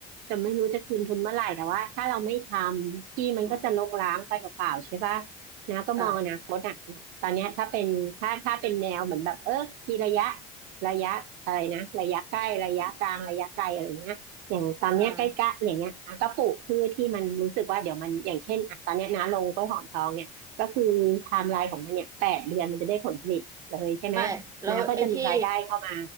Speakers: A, on the right; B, on the right.
A: จะไม่รู้จะคืนทุนเมื่อไหร่แต่ว่าถ้าเราไม่ทำที่มันก็จะรกร้างไปเปล่าๆใช่ปะ นะก็มองอนาคตอ่ะเนี่ยตอนเนี้ยถ้าเป็นถ้าถ้าเป็นแนวเหมือนแบบเออมีระยะ
B: ค่ะค่ะ
A: ระยะอะไรนะระยะใกล้ระยะกลางระยะไกลอะไรเงี้ยอย่างตอนเนี้ยใกล้ๆอย่างเงี้ยนะก็ปลูกพืชที่มันรู้สึกว่าเดี๋ยวมันอย่างเช่นอ่ะตอนเนี้ยนะลงกล้วยหอมทองเนี่ยก็คือไทม์ไลน์ของมันเนี่ยแปดเดือนมันจะได้ผลผลิตเลยใช่ไหม
B: อ่า ไม่แล้วไอ้ที่
A: นะก็จะมีรายได้เข้ามา